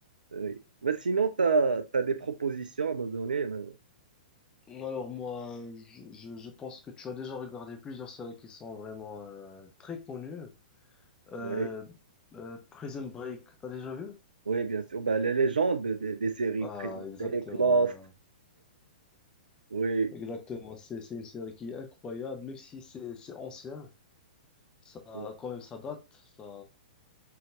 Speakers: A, on the right (about 70°); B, on the left (about 15°).
A: oui. Mais sinon, tu as, des propositions à me donner. mais-
B: Alors moi, je, je- je pense que tu as déjà regardé plusieurs séries qui sont vraiment euh, très connues. Euh,
A: Oui,
B: euh, Prison Break, t'as déjà vu?
A: oui, bien sûr. Ben, les légendes des, des séries
B: Ah,
A: présentées,
B: exactement.
A: Lost,
B: voilà.
A: oui.
B: Exactement. C'est, c'est une série qui est incroyable, même si c'est, c'est ancien. Ça,
A: oui.
B: quand même, ça date. Ça